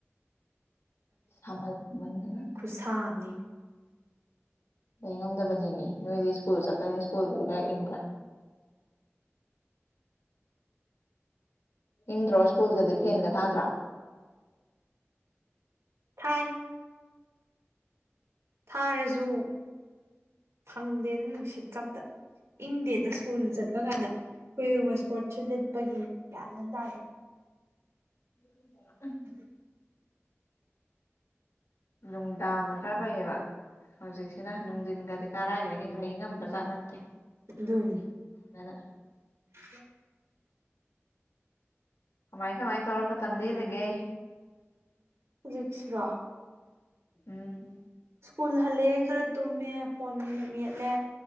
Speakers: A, on the left (about 85°); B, on the right (about 75°).
A: ꯁꯥꯃꯜ ꯂꯥꯛꯃꯝꯗꯅ
B: ꯈꯨꯁꯥ ꯑꯝꯅꯦꯃꯤ
A: ꯂꯩ ꯉꯝꯗꯕꯅꯦꯃꯤ ꯅꯣꯏꯗꯤ ꯁ꯭ꯀꯨꯜ ꯆꯠꯄꯅꯤ ꯁ꯭ꯀꯨꯜꯗꯗꯤ ꯈꯔ ꯏꯪꯕ꯭ꯔꯥ ꯏꯪꯗ꯭ꯔꯣ ꯁ꯭ꯀꯨꯜꯗꯗꯤ ꯐꯦꯟꯒ ꯊꯥꯗ꯭ꯔꯣ
B: ꯊꯥꯏ ꯊꯥꯔꯖꯨ ꯐꯪꯗꯦꯗ ꯅꯨꯡꯁꯤꯠꯀ ꯑꯝꯇ ꯏꯪꯗꯦꯗ ꯁ꯭ꯀꯨꯜ ꯆꯠꯄ ꯀꯥꯏꯅ ꯑꯩꯈꯣꯏ ꯋꯁꯀꯣꯔꯠꯁꯨ ꯂꯤꯠꯄꯒꯤ ꯒ꯭ꯌꯥꯟ ꯃꯦꯟꯑꯝ ꯇꯥꯗꯦ
A: <inaudible>
B: <inaudible>
A: ꯅꯨꯡꯗꯥꯡꯅ ꯈꯔ ꯐꯩꯌꯦꯕ ꯍꯧꯖꯤꯛꯁꯤꯅ ꯅꯨꯡꯊꯤꯟꯒꯗꯤ ꯀꯔꯥꯏꯗꯒꯤ ꯂꯩ ꯉꯝꯕ ꯆꯥꯠ ꯅꯠꯇꯦ
B: ꯙꯣꯅꯤ
A: ꯑ
B: ꯎ
A: ꯀꯃꯥꯏ ꯀꯃꯥꯏ ꯇꯧꯔ ꯃꯇꯝ ꯂꯦꯜꯂꯤꯒꯦ
B: ꯍꯧꯖꯤꯛꯁꯤꯔꯣ
A: ꯎꯝ
B: ꯁ꯭ꯀꯨꯜ ꯍꯜꯂꯦ ꯈꯔ ꯇꯨꯝꯃꯦ ꯐꯣꯟꯃꯨꯛ ꯃꯦꯠꯂꯦ